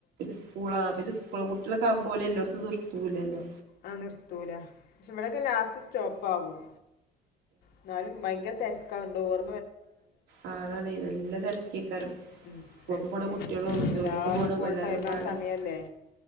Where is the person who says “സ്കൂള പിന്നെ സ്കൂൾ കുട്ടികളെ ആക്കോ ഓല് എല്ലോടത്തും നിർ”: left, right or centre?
Right